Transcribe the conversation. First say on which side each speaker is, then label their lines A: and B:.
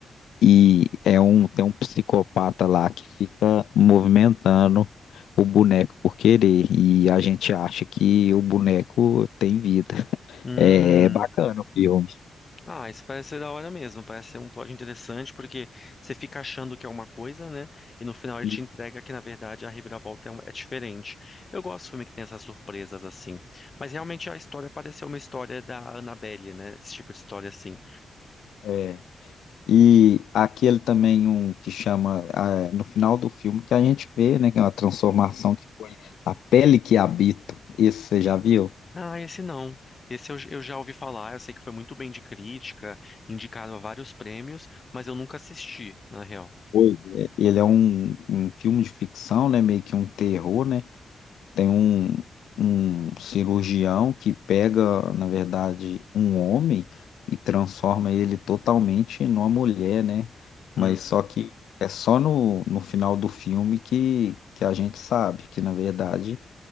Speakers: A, on the left; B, on the left.
A: e é um, tem um psicopata lá que fica movimentando o boneco por querer. E a gente acha que o boneco tem vida.
B: Hum.
A: É, é bacana o filme.
B: Ah, isso parece ser da hora mesmo, parece ser um plot interessante, porque você fica achando que é uma coisa, né? E no final ele
A: E,
B: te entrega que, na verdade, a reviravolta é, um- é diferente. Eu gosto de filme que tem essas surpresas assim. Mas realmente a história pareceu uma história da Annabelle, né? Esse tipo de história assim.
A: é, e aquele também um que chama, ah, no final do filme, que a gente vê, né, que é uma transformação que foi A Pele que Habito. Esse você já viu?
B: Ah, esse não. Esse eu, eu já ouvi falar, eu sei que foi muito bem de crítica, indicado a vários prêmios, mas eu nunca assisti, na real.
A: Pois é. Ele é um, um filme de ficção, né, meio que um terror, né? Tem um, um cirurgião que pega, na verdade, um homem e transforma ele totalmente numa mulher, né? Mas
B: Hum,
A: só que é só no, no final do filme que, que a gente sabe que, na verdade,